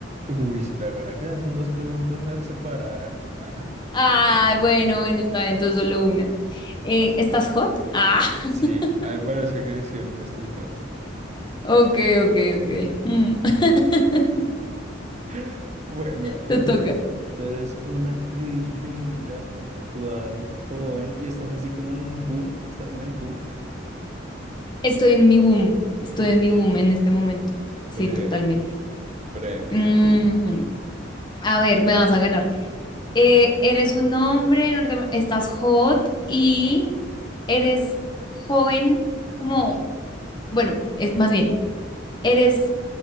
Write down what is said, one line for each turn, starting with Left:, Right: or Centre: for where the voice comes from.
Right: Uy, espera, espera, que esas son dos preguntas eh, separadas. Ah,
Left: Ay, bueno, bueno, está bien, entonces solo una. Eh, ¿estás hot? Ah, <laughs>
Right: sí, a mí me parece que siempre estoy hot.
Left: ok, ok, ok. Mm. <laughs>
Right: <laughs> Bueno,
Left: Te
Right: entonces,
Left: toca.
Right: tú eres una actriz gringa, actual, joven, y estás así como en boom, estás en el boom.
Left: Estoy en mi boom. Estoy
Right: Ok,
Left: en mi boom en este momento.
Right: breve,
Left: Sí, totalmente.
Right: breve.
Left: Mm, a ver, me vas a ganar. Eh, eres un hombre, norteam- estás hot y eres joven, como, bueno, es más bien, eres